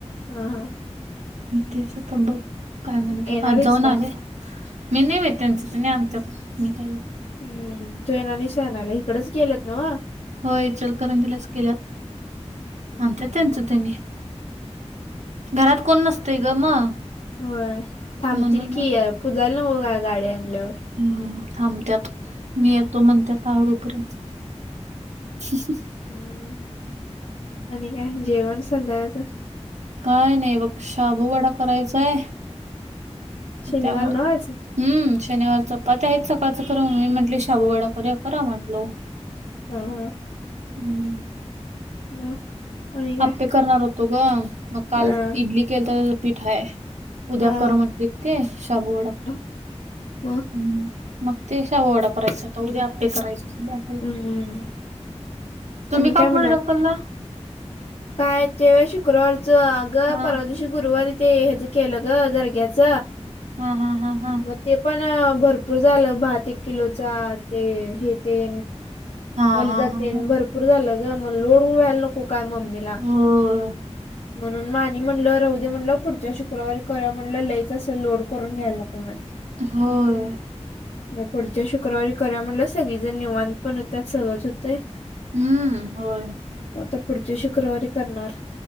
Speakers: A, on the left; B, on the right.
A: हा हा.
B: त्याच तर बघ काय म्हणते.
A: येणार
B: आज
A: आहेस
B: जाऊन
A: का?
B: आले? मी नाही भेत त्यांच त नाही आणत मी काही.
A: हम्म जैना आणि शहनाला इकडच गेलेत नव.
B: हो इ चल करं दिलाच केल्यात
A: हम्म
B: आणत त्यांचं त्यानी घरात कोण नसतय ग मग
A: हो थांबतील
B: म्हणून
A: की आहे पुजाला नको काय गाडी्या आणल्यावर.
B: हम्म थांबतत मी येतो म्हणत आवरूपर्यंत. <unintelligible>
A: हम् आणि काय जेवण संध्याकाळच.
B: काय नाही बघ शाबूवाडा करायचाय
A: शनिवार
B: त्यामूळ.
A: नव्ह आज?
B: हम्म शनिवार चपाती ते आहेत सकाळचं ख मी म्हटले शाबूवाडा कर करा म्हटलो.
A: हा हा.
B: हम्म.
A: मग आणि काय
B: आपे करणार होतो ग मग काल
A: हा
B: इडली केल तर त्याचा पिठ आहे. उद्या
A: हा
B: कर म्हंटलेत ते शाबू वडा कर.
A: <unintelligible>
B: ह मग ते शाबु वाडा करायचा आता उद्या आपे करायच अस द्या.
A: हम्म
B: तुम्ही
A: आणि काय
B: का
A: म्हणाल
B: पुढे धक्काला?
A: काय तेव शुक्रवारचं अग
B: हा
A: परत. आणि शुकवारी ते याच केला ग दग्याच.
B: हा हा हा.
A: मग ते पण भरपूर झालं भात एक किलोचा ते हे ते.
B: हा
A: मलिदा
B: हा हा
A: ते
B: हा.
A: भरपूर झालं ग मग लोडऊन व्हायला नको काय मम्मीला.
B: होय
A: म्हणून मानी म्हणलं राह दे म्हणलं पुढच्या शुक्रवारी करा म्हणलं लईच. तस लोड करून घ्यायला नको म्हण.
B: होय.
A: मग पुढच्या शुक्रवारी करा म्हटलं सगळी जण निवांत पण होते. त्यात सगळच होते
B: हम्म होय.
A: म आता पुढची शुक्रवारी करणार.